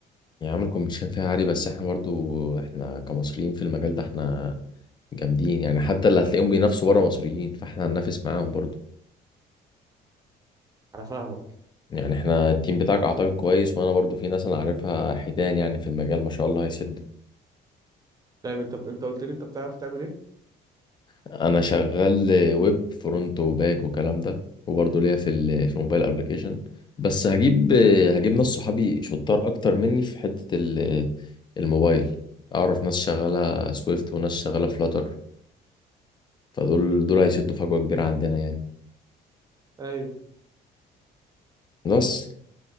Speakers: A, on the left; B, on the right.
A: يعني عامل كومبيتيشن فيها عالي بس احنا برضه احنا كمصريين في المجال ده احنا جامدين يعني حتى اللي هتلاقيهم بينافسوا بره مصريين فاحنا هننافس معاهم برضه
B: انا فاهمك
A: يعني احنا التيم بتاعك اعتقد كويس وانا برضه في ناس انا عارفها حيتان يعني في المجال ما شاء الله هيسد
B: دايما انت بت- انت قلت لي انت بتعرف تعمل ايه
A: انا شغال ويب فرونت وباك وكلام ده وبرضه ليا في ال في موبايل ابلكيشن بس هجيب هجيب ناس صحابي شطار اكتر مني في حتة ال- الموبايل اعرف ناس شغالة سويفت وناس شغالة فلاتر فدول دول هيسدوا فجوة كبيرة عندنا يعني
B: ايوه
A: بس